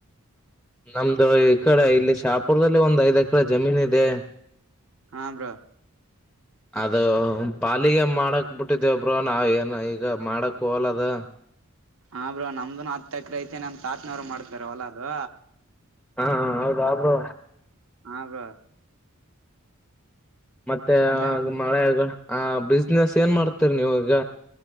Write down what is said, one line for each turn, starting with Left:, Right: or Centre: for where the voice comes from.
Centre: ನಮ್ದು ಈ ಕಡೆ ಇಲ್ಲಿ ಶಾಪುರದಲ್ಲಿ ಒಂದ್ ಐದ ಎಕರೆ ಜಮೀನ್ ಇದೆ
Right: ಹಾ ಬ್ರೋ
Centre: ಅದು ಪಾಲಿಗೆ ಮಾಡಕ್ ಬಿಟ್ಟಿದೇವಬ್ರೋ ನಾವ್ ಏನ್ ಈಗ ಮಾಡಕ್ ಹೋಗಲಾ ಅದು
Right: ಹಾ ಬ್ರೋ ನಮ್ದನ ಹತ್ತ ಎಕ್ರ ಐತೆನ ನಮ್ ತಾತನವ್ರು ಮಾಡ್ತಾರ ಹೊಲ ಅದು
Centre: ಹಾ ಹೌದಾ ಬ್ರೋ
Right: ಹಾ ಬ್ರೋ
Centre: ಮತ್ತೆ
Right: ಅಲ್ಲೇ
Centre: ಆ
Right: ನಮ್
Centre: ಮಳೆ ಆ ಬಿಸ್ನೆಸ್ ಏನ್ ಮಾಡ್ತೀರಿ ನೀವು ಈಗ